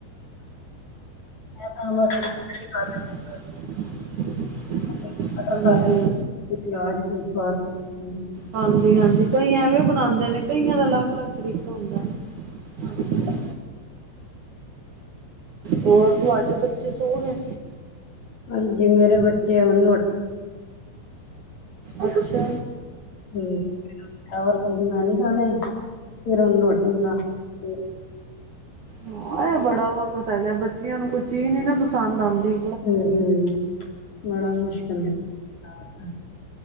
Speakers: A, on the left (about 40°); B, on the right (about 60°).
A: ਮੈ ਤਾਂ ਬਸ ਜਗਾਧਰੀ
B: <inaudible>
A: ਕਟਲ
B: ਹਾਂਜੀ।
A: ਤੱਲ ਕੇ, ਫੇਰ ਪਿਆਜ ਪਯੁਜ ਪਾ ਕੇ
B: ਹਾਂਜੀ-ਹਾਂਜੀ ਕਈ ਆਂਵੇ ਵੀ ਬਣਾਦੇ ਨੇ ਕਈਆਂ ਦਾ ਅਲੱਗ- ਅਲੱਗ ਤਰੀਕਾ। ਹੁੰਦਾ ਨਾ ਹਾਂ। ਹੋਰ ਤੁਹਾਡੇ ਬੱਚੇ ਸੋ ਗਏ?
A: ਹਾਂਜੀ ਮੇਰੇ ਬੱਚੇ ਆਂਣ ਵਾਲੇ।
B: ਅੱਛਾ।
A: ਹੂੰ ਚਾਵਲ ਕਹਿੰਦੇ ਮੈਂ ਨਹੀਂ ਖਾਣੇ ਫਿਰ ਉਹਨੂੰ ਰੋਟੀ ਬਣਾਤੀ ਏ।
B: ਹਾਂ ਇਹ ਬੜਾ ਵਖਤ ਹੈਗਾ, ਬੱਚਿਆਂ ਨੂੰ ਕੋਈ ਚੀਜ਼ ਨੀ ਨਾ ਪਸੰਦ ਆਦੀ।
A: ਹੂੰ ਬੜਾ ਮੁਸ਼ਕਿਲ ਏ ਟਾਸ